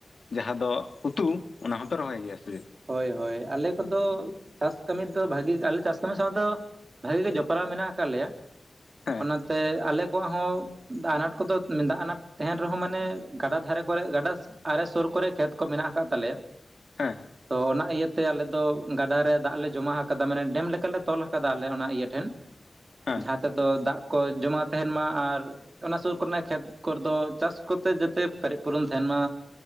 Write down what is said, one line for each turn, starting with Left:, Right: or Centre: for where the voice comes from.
Left: ᱡᱟᱦᱟᱸ ᱫᱚ ᱩᱛᱩ ᱚᱱᱟ ᱦᱚᱸᱯᱮ ᱨᱚᱦᱚᱭ ᱜᱮᱭᱟ ᱥᱮ
Right: ᱦᱳᱭ ᱦᱳᱭ ᱟᱞᱮ ᱠᱚᱫᱚ ᱪᱟᱥ ᱠᱟᱹᱢᱤ ᱫᱚ ᱵᱷᱟᱜᱤ ᱜᱮ ᱟᱞᱮ ᱪᱟᱥ ᱠᱟᱹᱢᱤ ᱥᱟᱶ ᱛᱮᱫᱚ ᱵᱷᱟᱜᱤ ᱜᱮ ᱡᱚᱯᱲᱟᱣ ᱢᱮᱱᱟᱜ ᱟᱠᱟᱫ ᱞᱮᱭᱟ
Left: ᱦᱮᱸ
Right: ᱚᱱᱟᱛᱮ ᱟᱞᱮ ᱠᱚᱣᱟᱜ ᱦᱚᱸ ᱫᱟᱜ ᱟᱱᱟᱴ ᱠᱚᱫᱚ ᱫᱟᱜ ᱟᱱᱟᱴ ᱛᱟᱦᱮᱱ ᱨᱮᱦᱚᱸ ᱢᱟᱱᱮ ᱜᱟᱰᱟ ᱫᱷᱟᱨᱮ ᱠᱚᱨᱮ ᱜᱟᱰᱟ ᱟᱞᱮ ᱥᱩᱨ ᱠᱚᱨᱮ ᱠᱷᱮᱛ ᱠᱚ ᱢᱮᱱᱟᱜ ᱟᱠᱟᱫ ᱛᱟᱞᱮᱭᱟ
Left: ᱦᱮᱸ
Right: ᱛᱚ ᱚᱱᱟ ᱤᱭᱟᱹᱛᱮ ᱟᱞᱮ ᱫᱚ ᱜᱟᱰᱟ ᱨᱮ ᱫᱟᱜ ᱞᱮ ᱡᱚᱢᱟ ᱟᱠᱟᱫᱟ ᱢᱟᱱᱮ ᱰᱮᱢ ᱞᱮᱠᱟᱞᱮ ᱛᱚᱞ ᱟᱠᱟᱫᱟ ᱟᱞᱮ ᱚᱱᱟ ᱤᱭᱟᱹ ᱴᱷᱮᱱ
Left: ᱦᱮᱸ
Right: ᱡᱟᱦᱟᱸ ᱛᱮᱫᱚ ᱫᱟᱜ ᱠᱚ ᱡᱚᱢᱟ ᱛᱟᱦᱮᱱ ᱢᱟ ᱟᱨ ᱚᱱᱟ ᱥᱩᱨ ᱠᱚᱨᱮᱱᱟᱜ ᱠᱷᱮᱛ ᱠᱚᱨᱮ ᱫᱚ ᱪᱟᱥ ᱠᱚᱛᱮ ᱡᱟᱛᱮ ᱯᱮᱨᱮᱡ ᱯᱩᱨᱚᱱ ᱛᱟᱦᱮᱱ ᱢᱟ